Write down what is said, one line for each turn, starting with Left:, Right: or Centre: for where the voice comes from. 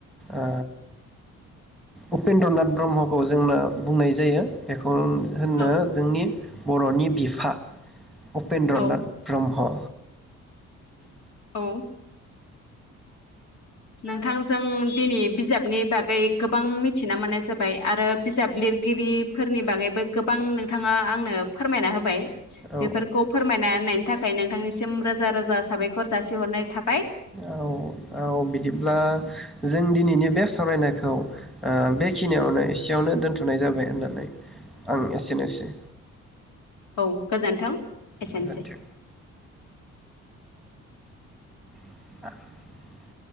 Centre: आ उपेन्द्रनाथ ब्रह्मखौ जोंनो बुंनाय जायो। एखौ होनो
Left: औ
Centre: जोंनि बर'नि बिफा। उपेन्द्रनाथ
Left: औ
Centre: ब्रह्म।
Left: औ। नोंथांजों दिनै बिजाबनि बागै गोबां मिथिना मोननाय जाबाय। आरो बिजाब लिरगिरि फोरनि बागैबो गोबां नोंथाङा आंनो फोरमायना होबाय।
Centre: औ
Left: बेफोरखौ फोरमायना होनाय नि थाखाय नोंथांनिसिम रोजा रोजा साबायखर जासिहरनाय थाबाय।
Centre: औ औ बिदिब्ला जों दिनैनि बे सावरायनायखौ ओ बेखिनियावनो एसेयावनो दोनथ'नाय जाबाय होननानै आं एसेनोसै।
Left: औ गोजोन्थों एसेनोसै।
Centre: गोजोन्थों <unintelligible>